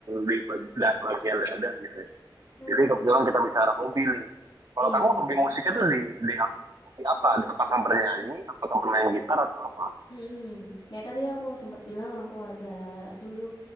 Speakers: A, on the right; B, on the left.
A: di bag- dan bagian dada gitu ya.
B: Hmm.
A: Jadi kebetulan kita bicara hobi nih. Kalau
B: Iya.
A: kamu hobi musiknya tuh di di, di apa? Apakah bernyanyi, apakah bermain gitar atau apa?
B: Mm, kayak tadi aku sempat bilang aku ada dulu